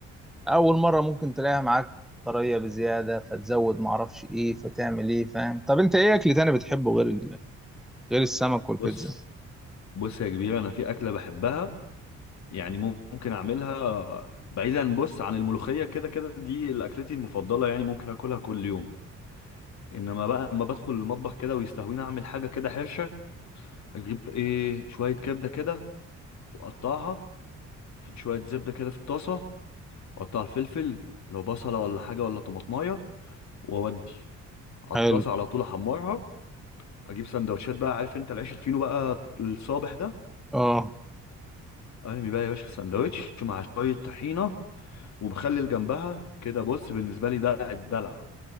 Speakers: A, in the centre; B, on the left (about 65°).
A: اول مره ممكن تلاقيها معاك طريه بزياده فتزود ما اعرفش ايه فتعمل ايه فاهم طب انت ايه اكل تاني بتحبه غير ال... غير السمك والبيتزا
B: بص بص يا كبير انا في اكلة بحبها يعني ممكن اعملها بعيدا بص عن الملوخية كده كده دي اكلتي المفضلة يعني ممكن اكلها كل يوم انما بقى لما بدخل المطبخ كده ويستهويني اعمل حاجه كده حرشه اجيب ايه شويه كبده كده واقطعها شويه زبده كده في الطاسه واقطع الفلفل لو بصله ولا حاجه ولا طماطمايه واودي على
A: حلو
B: الطاسه على طول احمرها اجيب سندوتشات بقى عارف انت العيش الفينو بقى الصابح ده
A: اه
B: ارمي بقى يا باشا في سندوتش مع شويه طحينه وبخلي جنبها كده بص بالنسبه لي ده الدلع